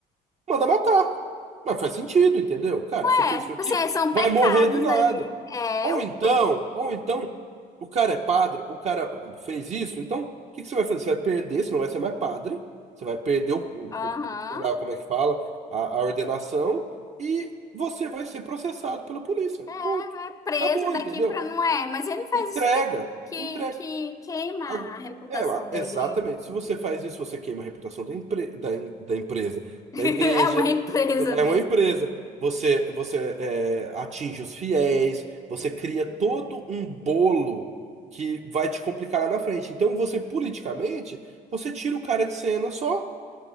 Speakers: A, on the right; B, on the left.
A: Manda matar. Mas faz sentido, entendeu? Cara, você
B: É,
A: fez isso aqui,
B: assim, é, são
A: vai
B: pecados
A: morrer do nada.
B: ali. É,
A: Ou
B: eu-
A: então, ou então, o cara é padre, o cara fez isso, então o que que você vai fazer? Você vai perder, você não vai ser mais padre, você vai perder o, o,
B: aham.
A: o- sei lá como é que fala, a, a ordenação, e você vai ser processado pela polícia.
B: É,
A: Ponto.
B: é presa
A: Tá bom,
B: daqui
A: entendeu?
B: pra não é. Mas ele faz
A: Entrega,
B: isso que, que,
A: entrega.
B: que queima
A: Ago-
B: a reputação
A: É, a-
B: da
A: exatamente.
B: igreja.
A: Se você faz isso, você queima a reputação da, empre- da, em- da empresa,
B: <laughs> É
A: da igreja.
B: uma empresa
A: É
B: mesmo.
A: uma empresa. Você, você é, atinge os fiéis, você cria todo um bolo que vai te complicar lá na frente. Então, você, politicamente, você tira o cara de cena só,